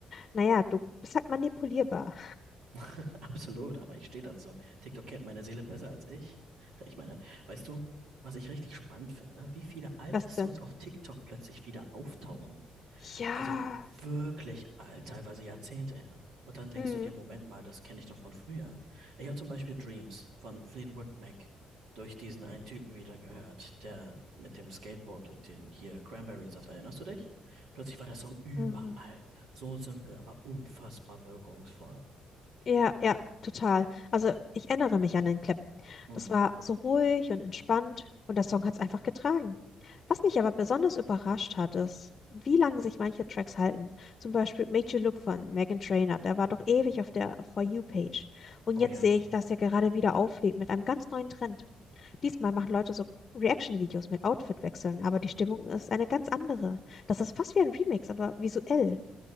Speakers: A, on the left (about 45°); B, on the right (about 80°).
A: Naja, du bist halt manipulierbar.
B: <laughs> Absolut, aber ich stehe dazu. TikTok kennt meine Seele besser als ich. <laughs> Ich meine, weißt du, was ich richtig spannend finde, wie viele alte
A: <laughs> Was denn?
B: Songs auf TikTok plötzlich wieder auftauchen
A: Ja.
B: Also wirklich alt, teilweise Jahrzehnte her. Und dann denkst
A: Mhm.
B: du dir, Moment mal, das kenne ich doch von früher. Ich habe zum Beispiel Dreams von Fleetwood Mac durch diesen einen Typen wieder gehört, der mit dem Skateboard und dem hier Cranberry-Saft, erinnerst du dich? Plötzlich war der Song überall.
A: Mhm.
B: So simpel, aber unfassbar wirkungsvoll.
A: Ja, ja, total. Also ich erinnere mich an den Clip.
B: Hm.
A: Das war so ruhig und entspannt und der Song hat es einfach getragen. Was mich aber besonders überrascht hat, ist, wie lange sich manche Tracks halten. Zum Beispiel Made You Look von Meghan Trainor, der war doch ewig auf der For You-Page. Und
B: Oh
A: jetzt
B: ja.
A: sehe ich, dass er gerade wieder auflebt mit einem ganz neuen Trend. Diesmal machen Leute so Reaction-Videos mit Outfitwechseln, aber die Stimmung ist eine ganz andere. Das ist fast wie ein Remix, aber visuell.